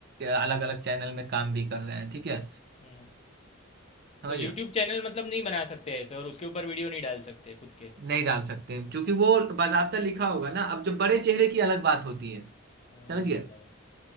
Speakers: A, on the right; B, on the left.
A: अलग अलग चैनल में काम भी कर रहे हैं ठीक है
B: हम्म हम्म।
A: समझ
B: तो यूट्यूब चैनल मतलब नहीं बना सकते ऐसे और उसके ऊपर वीडियो नहीं डाल सकते खुद के
A: नहीं डाल सकते क्योंकि वो बाजाबता लिखा होगा ना अब जब बड़े चेहरे की अलग बात होती है
B: हाँ
A: समझिए
B: भाई